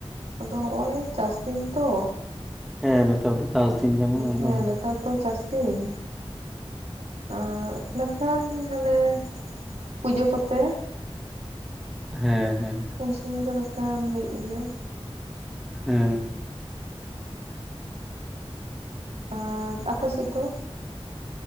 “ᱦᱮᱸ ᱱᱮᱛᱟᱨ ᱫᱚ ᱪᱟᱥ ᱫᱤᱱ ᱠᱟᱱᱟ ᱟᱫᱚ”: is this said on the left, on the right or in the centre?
Centre